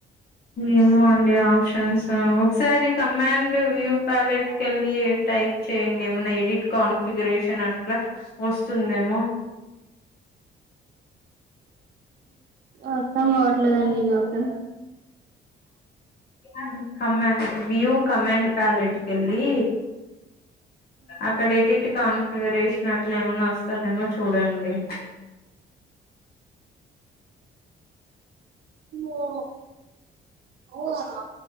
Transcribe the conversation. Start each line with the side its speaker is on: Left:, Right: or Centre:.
Left: ఏమో అండి ఆప్షన్ తెలుసా ఒకసారి కమాండ్ వ్యూ ప్యాలెట్ కి ఏళ్ళి టైప్ చేయండి ఏమన్నా ఎడిట్ కాన్ఫిగరేషన్ అట్లా వస్తుందేమో
Right: అర్థం కావట్లేదండి నాకు
Left: ఆవు కమాండ్ వ్యూ కమాండ్ ప్యాలెట్ కెల్లి అక్కడ ఎడిక్ట్ కా ప్రేవేసినట్ల ఏమన్నా వస్తాదేమో చూడండి.
Right: ఓ ఓ అన్న